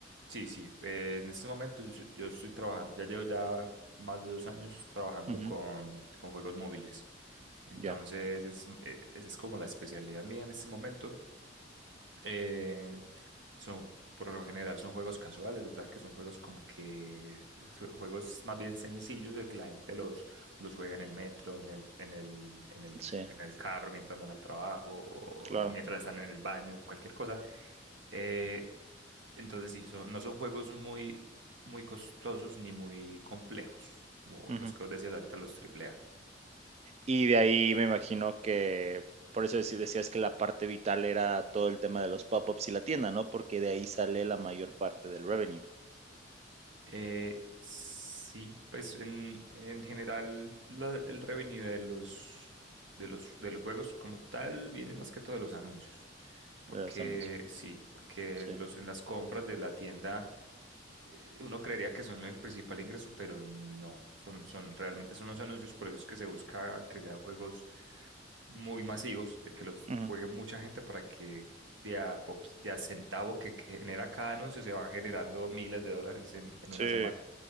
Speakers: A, on the right (about 80°); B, on the right (about 35°).
A: Sí, sí. eh, en este momento yo, estoy yo estoy trabajando, ya llevo ya más de dos años trabajando
B: ujú,
A: con, con juegos móviles. Entonces,
B: Ya.
A: es, eh, esa es como la especialidad mía en este momento. Eh, son, por lo general son juegos casuales, o sea que son juegos como que su- juegos más bien sencillos de que la gente los, los juega en el metro, en el, en el, en el,
B: Sí,
A: en el carro mientras van al trabajo o
B: claro.
A: mientras están en el baño, cualquier cosa. Eh, entonces sí, son- no son juegos muy, muy costosos ni muy complejos, como
B: ujú.
A: los que os decías ahorita, los AAA.
B: Y de ahí me imagino que por eso deci- decías que la parte vital era todo el tema de los pop-ups y la tienda, ¿no? Porque de ahí sale la mayor parte del revenue
A: Eh, sí, pues en, en general la- el revenue de los, de los, de los juegos como tal viene más que todo de los anuncios. Porque
B: de los anuncios.
A: sí, porque
B: Sí.
A: en los, en las compras de la tienda eh, uno creería que son el principal ingreso, pero no, son, son, realmente son los anuncios, por eso es que se busca que sean juegos muy masivos, de que los
B: Ujú,
A: juegue mucha gente para que de a poqui- de a centavo que, que genera cada anuncio se va generando miles de dólares en, en
B: Sí.
A: una semana.